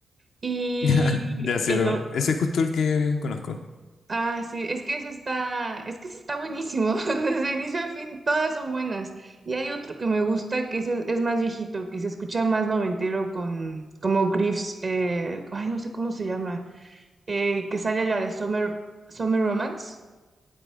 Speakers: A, on the right (about 55°); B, on the left (about 80°).
A: Y
B: <laughs> Ya sé,
A: el
B: lo con-
A: o-
B: ese es justo el que conozco.
A: ah, sí, es que ese está, es que ese está buenísimo. <laughs> Desde inicio al fin, todas son buenas. Y hay otro que me gusta que ese es más viejito, que se escucha más noventero con como Griff's, eh, ay, no sé cómo se llama, eh, que sale la de Summer, Summer Romance.